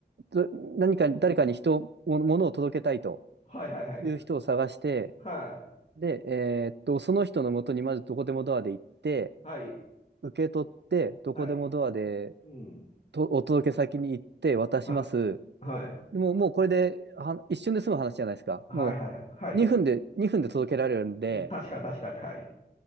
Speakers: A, on the right; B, on the left.
A: ど何か、誰かに人、も物を届けたいと
B: はいはいはい。
A: いう人を探して、
B: はい、
A: で、えーっと、その人のもとにまずどこでもドアで行って、
B: はい。
A: 受け取って、どこでもドアで、
B: はい。うん。
A: と、お届け先に行って渡します。
B: は、はい。
A: でもう、もうこれで、は、一瞬で済む話じゃないですか。
B: はい、
A: も
B: はい、はい。
A: う、2分で、2分で届けられるんで、
B: うん、確か、確かに。はい。